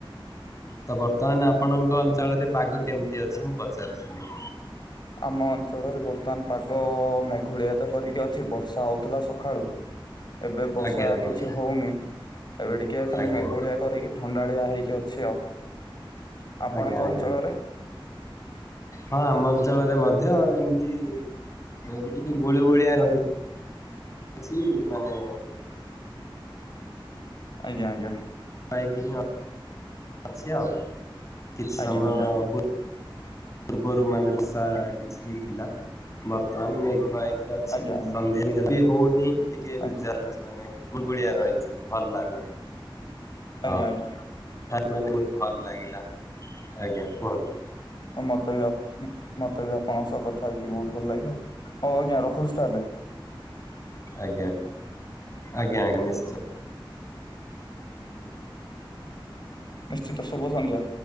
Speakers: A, on the left; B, on the left.
A: ତ ବର୍ତ୍ତମାନ ଆପଣଙ୍କ ଅଞ୍ଚଳରେ ପାଗ କେମିତି ଅଛି ମୁଁ ପଚାରୁିଥିଲି।
B: ଆମ ଅଞ୍ଚଳରେ ବର୍ତ୍ତମାନ ପାଗ ମେଘୁଳିଆ ତ କରିକି ଅଛି ବର୍ଷା ହେଉଥିଲା ସଖାଳୁ। ଏବେ ବର୍ଷା
A: ଆଜ୍ଞା ଆଜ୍ଞା
B: କିଛି ହଉନି, ଏବେ ଟିକେ ଖାଲି
A: ଆଜ୍ଞା
B: ମେଘୁଳିଆ କରିକି ଥଣ୍ଡା <unintelligible> ହେଇକି ଅଛି ଆଉ ଆପଣଙ୍କ
A: ଆଜ୍ଞା ଆଜ୍ଞା
B: ଅଞ୍ଚଳରେ?
A: ହଁ ଆମ ଅଞ୍ଚଳରେ ମଧ୍ୟ ଏମିତି ଏ ଟିକେ ଗୁଳି ଗୋଳିଆ ରହି ଛି ମାନେ
B: ଆଜ୍ଞା ଆଜ୍ଞା।
A: ପାଇକି <unintelligible> ଅଛି ଆଉ କିଛି
B: ଆଜ୍ଞା
A: ସମୟ
B: ଆଜ୍ଞା
A: ପୂର୍ବରୁ ମାନେ ବର୍ଷା କିଛି ହେଇଥିଲା। ବର୍ତ୍ତମାନ ମେଘୁଆ ହେଇକି ଅଛି
B: ଆଜ୍ଞା
A: <unintelligible>
B: ଆଜ୍ଞା
A: ହଉନି ଟିକେ <unintelligible>
B: ଆଜ୍ଞା
A: ମାନେ ଗୁଲୁଗୁଳିଆ ରହିଛି ଭଲ ଲାଗୁ <unintelligible>
B: ଆଜ୍ଞା
A: ହଁ
B: ଆଜ୍ଞା।
A: <unintelligible> ଭଲ ଲାଗିଲା ଆଜ୍ଞା କୁହନ୍ତୁ।
B: ହଁ ମତେ ବି ମତେ ବି ଆପଣଙ୍କ ସହ କଥା ହେଇକି ବହୁତ୍ ଭଲ ଲାଗିଲା। ହଉ ଆଜ୍ଞା ରଖୁଛି ତାହେଲେ।
A: ଆଜ୍ଞା ଆଜ୍ଞା ଆଜ୍ଞା ନି
B: ନିଶ୍ଚିତ ଶୁଭ ସନ୍ଧ୍ୟା।